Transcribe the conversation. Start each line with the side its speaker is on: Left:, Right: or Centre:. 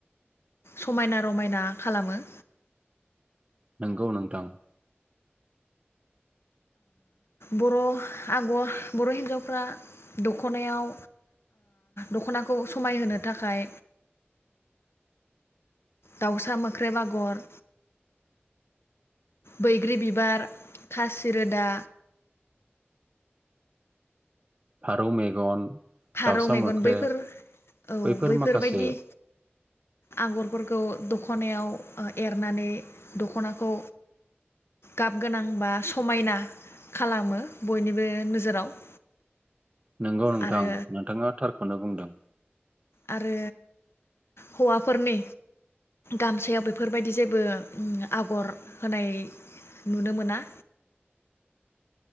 Left: समायना रमायना खालामो
Right: नंगौ नोंथां
Left: बर' आग बर हिन्जावफ्रा दखनायाव द'खनाखौ समायहोनो थाखाय दाउसा मोख्रे आगर बैग्रि बिबार खासिरोदा
Right: फारौ मेगन
Left: फारौ
Right: दाउसा
Left: मेगन
Right: मोख्रेब
Left: बैफोर औ
Right: बैफोर
Left: बैफोरबायदि
Right: माखासे
Left: आगरफोरखौ द'खनायाव एरनानै दखनाखौ गाब गोनां बा समायना खालामो बयनिबो नोजोराव
Right: नंगौ नोंथां
Left: आरो
Right: नोंथाङा थारखौनो बुंदों
Left: आरो हौवाफोरनि गामसायाव बेफोरबायदि जेबो आगर होनाय नुनो मोना।